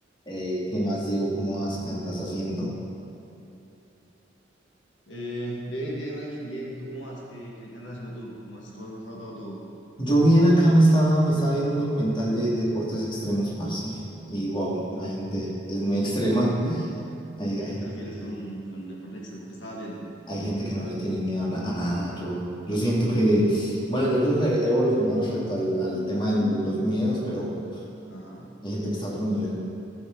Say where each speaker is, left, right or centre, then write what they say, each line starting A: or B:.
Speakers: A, on the left; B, on the left.
A: Ey, ¿qué más, Diego? ¿Cómo vas? ¿Qué andas haciendo?
B: Eh, bien, bien, Melkin, bien. ¿Tú cómo vas? ¿Qué, qué, qué andas haciendo tú? ¿Cómo has, cómo has estado todo? todo?
A: Yo bien acá me estaba, me estaba viendo un documental de, de deportes extremos, parce. Y wow, la gente es muy extrema. <laughs> Hay, hay
B: ¿A qué te
A: gente
B: refieres
A: que,
B: con, con deporte extremo que estabas viendo?
A: hay gente que no le tiene miedo a, na- a nada. Yo, yo siento que, bueno, yo creo que he evolucionado respecto al, al tema de los miedos, pero uf,
B: Ajá.
A: hay gente que está a otro nivel.